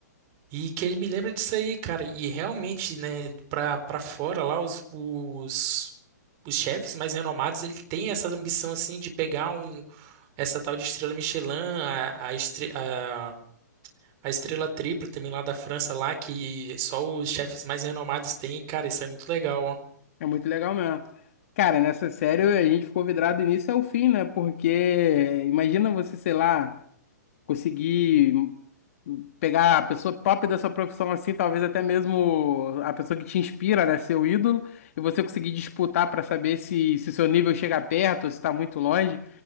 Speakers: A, on the right; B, on the left.
A: e que ele me lembra disso aí, cara. E realmente, né, pra, pra fora lá, os, os, os chefes mais renomados, ele tem essa ambição, assim, de pegar um, essa tal de Estrela Michelin, a, a, estre- a, a Estrela Tripla também lá da França, lá, que só os chefes mais renomados têm, cara, isso é muito legal, ó.
B: É muito legal mesmo. Cara, nessa série a gente ficou vidrado do início ao fim, né? Porque imagina você, sei lá, conseguir pegar a pessoa top da sua profissão assim, talvez até mesmo a pessoa que te inspira, né? Seu ídolo, e você conseguir disputar pra saber se, se seu nível chega perto ou se tá muito longe.